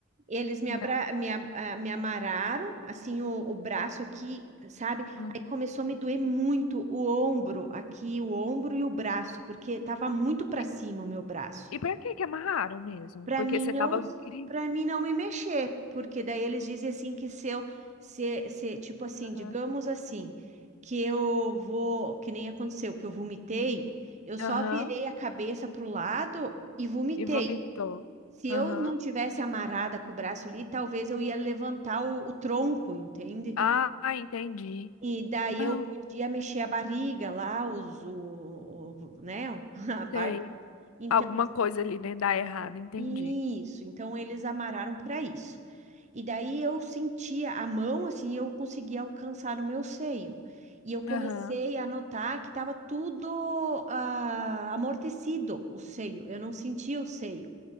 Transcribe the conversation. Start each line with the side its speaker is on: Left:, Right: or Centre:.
Right: Eles me,
Left: Não.
Right: abra... me, a- ah, me amarraram, assim, o, o braço aqui, sabe?
Left: Uhum.
Right: Aí começou a me doer muito o ombro aqui, o ombro e o braço, porque tava muito pra
Left: E,
Right: cima o meu braço.
Left: e pra que que amarraram mesmo?
Right: Pra
Left: Porque
Right: mim
Left: você
Right: não,
Left: tava em crise?
Right: para mim não me mexer, porque daí eles dizem assim que se eu, se, se, tipo assim,
Left: Aham.
Right: digamos assim, que eu vou, que nem aconteceu, que eu vomitei, eu só
Left: Aham.
Right: virei a cabeça pro lado e vomitei.
Left: E vomitou.
Right: Se eu
Left: Aham.
Right: não tivesse amarrada com o braço ali, talvez eu ia levantar o, o tronco, entende?
Left: Ah, entendi.
Right: E daí
Left: Não,
Right: eu podia mexer a barriga lá, os, o, o- né, <laughs> a parte.
Left: sei.
Right: Então,
Left: Alguma coisa ali dentro dá errado, entendi.
Right: isso. Então eles amarraram para isso. E daí eu sentia a mão assim, eu conseguia alcançar no meu seio. E eu comecei
Left: Aham,
Right: a notar que estava tudo ah, amortecido, o seio. Eu não sentia o seio.